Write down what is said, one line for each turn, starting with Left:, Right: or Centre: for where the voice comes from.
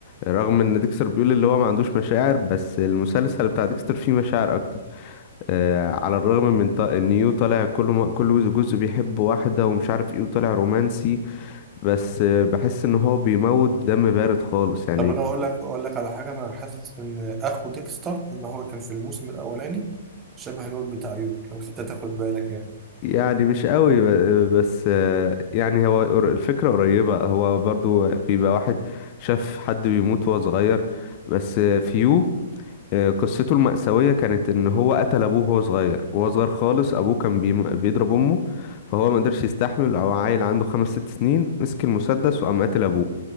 Left: رغم ان ديكستر بيقول اللي هو ما عندوش مشاعر بس المسلسل بتاع ديكستر فيه مشاعر اكتر آه، على الرغم من ط- ان يو طالع كل ما كل جزء جزء بيحب واحدة ومش عارف ايه وطالع رومانسي بس بحس ان هو بيموت بدم بارد خالص يعني
Right: طب انا اقول لك اقول لك على حاجه انا حاسس ان اخو ديكستر اللي هو كان في الموسم الاولاني شبه الواد بتاع يو لو انت تاخد بالك يعني
Left: يعني مش قوي ب- بس يعني هو قر- الفكرة قريبة هو برضو بيبقى واحد شاف حد بيموت وهو صغير بس فيو قصته المأساوية كانت ان هو قتل ابوه وهو صغير وهو صغير خالص ابوه كان بيم- بيضرب امه فهو ما قدرش يستحمل او عيل عنده خمس ست سنين مسك المسدس وقام قتل ابوه